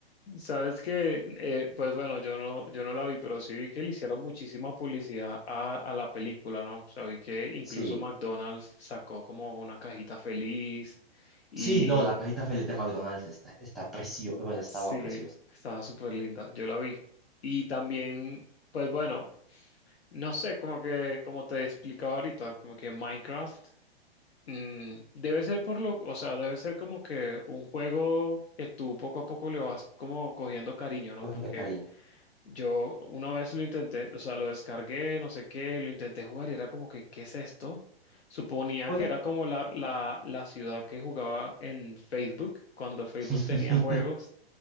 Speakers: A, on the left; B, in the centre.
A: Sabes que, eh, pues bueno, yo no, yo no la vi, pero sí vi que le hicieron muchísima publicidad a, a la película, ¿no? O sea, vi que incluso
B: Sí.
A: McDonald's sacó como una cajita feliz y
B: Sí, no, la cajita feliz de McDonald's está, está preciosa, bueno, estaba
A: sí,
B: preciosa,
A: estaba súper linda, yo la vi. Y también, pues bueno. No sé, como que, como te he explicado ahorita, como que Minecraft mm, debe ser por lo, o sea, debe ser como que un juego que tú poco a poco le vas como cogiendo cariño, ¿no?
B: cogiendo
A: Porque
B: cariño.
A: yo una vez lo intenté, o sea, lo descargué, no sé qué, lo intenté jugar y era como que, ¿qué es esto? Suponía
B: Juega.
A: que era como la, la, la ciudad que jugaba en Facebook, cuando Facebook
B: <laughs>
A: tenía juegos